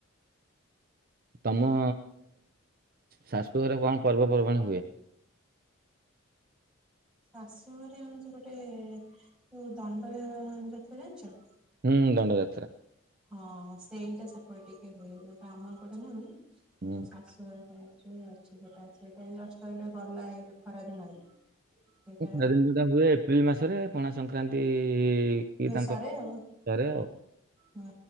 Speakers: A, on the right; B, in the centre.
A: ତମ ଶାଶୁ ଘରେ କଣ ପର୍ବପର୍ବାଣି ହୁଏ।
B: ଶାଶୁ ଘରେ <unintelligible> ଗୋଟେ ଯୋଉ ଦଣ୍ଡ ନାଚ ଜାଣିଛ।
A: ହୁଁ ଦଣ୍ଡ ଯାତ୍ରା
B: ହଁ ସେଇଟା ସେପଟେ ଟିକେ ହୁଏ ଯୋଉଟା ଆମ ପଟେ ନାହିଁ। ହଁ
A: ହୁଁ।
B: ମୋ ଶାଶୁ ଘରେ ସେମିତି ହୁଁ ଅଛି ସେଟା ଅଛି ସେଇଟା ଗଲା ଏ ଅଷ୍ଟମିରେ ଏବେ ଗଲା ଏଇ ଖରା ଦିନରେ ସେଇଟା
A: ସେ ଖରାଦିନ ଯୋଉଟା ହୁଏ ଏପ୍ରିଲ୍ ମାସରେ ପଣା ସଂକ୍ରାନ୍ତି କି
B: ବେସରେ
A: ତାଙ୍କ
B: ଆଉ
A: ଘରେ ଆଉ
B: ହୁଁ